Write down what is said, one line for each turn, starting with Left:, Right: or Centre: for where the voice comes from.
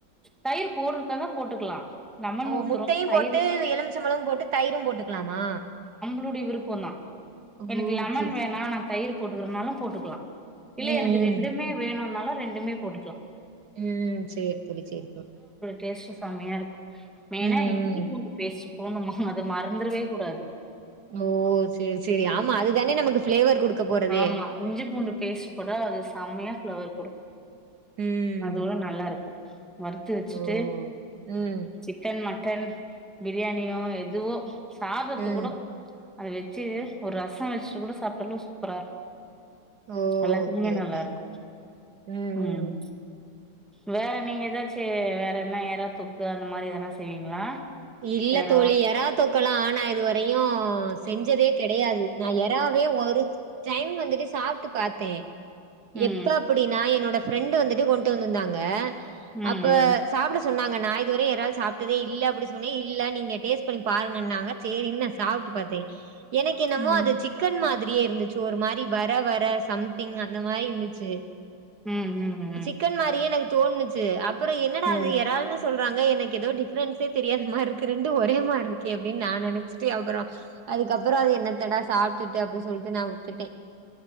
Centre: தயிர் போட்றதாருந்தா போட்டுக்கலா லெமன்
Right: ஓ
Centre: ஊத்துறோ
Right: முட்டையு
Centre: தயிர்
Right: போட்டு எலுமிச்சம்பழமு போட்டு தயிரு போட்டுக்கலாமா
Centre: டைய விருப்பந்தா
Right: ஓ!
Centre: எனக்கு லெமன்
Right: சரி,
Centre: வேணா
Right: சரி.
Centre: நா தயிரு போட்டுக்கலா லெமன் போட்டுக்கலா
Right: ம்,
Centre: இல்ல எனக்கு ரெண்டுமே வேணு னாலு ரெண்டுமே போட்டுக்கலா
Right: ம் சேரி தோழி சேரி தோழி
Centre: டேஸ்ட் செம்மையா இருக்கு மெயினா
Right: ம்,
Centre: இஞ்சி
Right: ம்.
Centre: பூண்டு பேஸ்ட் போணும அத மறந்துறவே கூடாது
Right: ஓ சேரி சேரி ஆமா அதுதானே நமக்கு ஃபிளேவர் குடுக்க போறதே
Centre: ஆமா இஞ்சி பூண்டு பேஸ்ட் போட்டா அது செம்மையா ஃப்ளவர் குடுக்கு
Right: ம்
Centre: அதுபோக நல்லா இருக்கு வறுத்து வெச்சிட்டு
Right: ஓ ம்
Centre: சிக்கன் மட் டன் பிரியாணியோ எதுவோ சாதத்து
Right: ம்
Centre: கூட அத வெச்சு ஒரு ரசோ வெச்சுட்டு கூட சாப்பிடலே சூ ப்பரா
Right: ஓ
Centre: எல்லாத்துக்குமே
Right: ஓகே
Centre: நல்லா
Right: ஓகே
Centre: இருக்கு
Right: ம்
Centre: உம்
Right: ம்
Centre: வேற நீங்க ஏதாச்சு வேற என்ன ஏறா தொக்கு அந்த மாரி எதனா செய்வீங்களா
Right: இல்ல
Centre: வேற
Right: தோழி எறா தொக்கல்லா ஆன இது வரையு செஞ்சதே கெடையாது நா யாராவே ஒரு டைம் வந்துட்டு சாப்ட்டு பாத்தே
Centre: ம்
Right: எப்ப அப்டினா என்னோட ஃப்ரெண்டு் வந்துட்டு கொண்டு வந்திருந்தாங்க
Centre: ம்
Right: அப்ப
Centre: ம்
Right: சாப்டஸ் சொன்னாக நா இதுவரையு எறால் சாப் டதே இல்ல அப்டி மே இல்ல நீங்க டேஸ்ட் பண் ம் பாருங்கனாக சேரி இன்ன சாப்டு பாத்தே எனக்கு என்னமோ
Centre: ம்
Right: அது சிக்கன் மாதிரியே இருந்து ஒரு மாரி வர வர சம்திங் அந்த மாரி இந்துச்சி
Centre: ம் ம் ம்
Right: சிக்கன் மாரியே எனக் தோணுச்சி அப் பறோ என்னடா இது
Centre: ம்
Right: எறால்னு சொல்றாங்கே எனக்கு ஏதோ டிஃப்ரன்சே தெரியாத மார்க்குது ரெண்டு ஒரே மார்க்கே அப்டின்னு நா நெனச்சிட்டு அப்றோ அதுக்கப்றோ அது என்னத்தடா சாப்டுட்டு அப்டி சொல்லிட்டு நா உட்டுடே